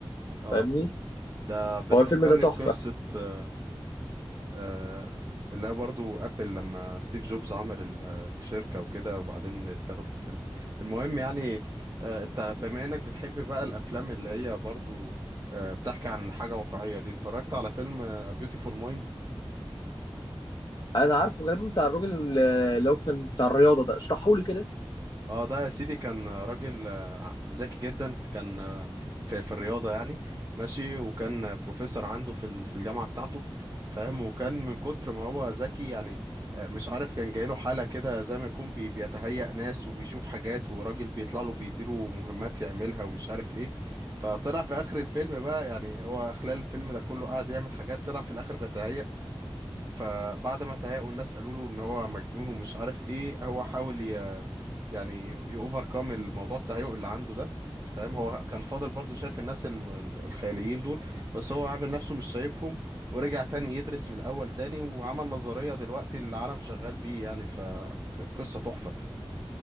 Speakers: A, on the right; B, on the left.
A: اه
B: فاهمني
A: آه بتفكرني
B: هو الفيلم ده تحفه
A: بقصه آه، آه، اللي هي برضو ابل لما ستيف جوبز عمل ال- الشركة وكده وبعدين اتاخدت منه المهم يعني آه، انت بما انك بتحب بقى الافلام اللي هي برضو آه، بتحكي عن حاجة واقعية دي اتفرجت على فيلم آه، A Beautiful Mind
B: انا عارفه غالبا بتاع الراجل اللي هو كان بتاع الرياضه ده اشرحه لي كده
A: اه ده يا سيدي كان راجل آه، ذكي جدا كان آه، في في الرياضة يعني ماشي وكان آه، بروفيسور عنده في ال- في الجامعة بتاعته فاهم وكان من كتر ما هو ذكي يعني آه، مش عارف كان جايله حالة كده زي ما يكون بي- بيتهيأ ناس وبيشوف حاجات وراجل بيطلع له بيديله مهمات يعملها ومش عارف ايه فطلع في آخر الفيلم بقى يعني هو خلال الفيلم ده كله قاعد يعمل حاجات طلع في الآخر بيتهيأ فبعد ما تهاقوا الناس قالوا له ان هو مجنون ومش عارف ايه هو حاول ي... يعني يوفركم الموضوع التهيؤ اللي عنده ده فاهم هو كان فاضل برضو شايف الناس الم- ال- الخياليين دول بس هو عامل نفسه مش شايفهم ورجع تاني يدرس من الاول تاني وعمل نظرية دلوقتي العالم شغال بيه يعني فكانت قصة تحفة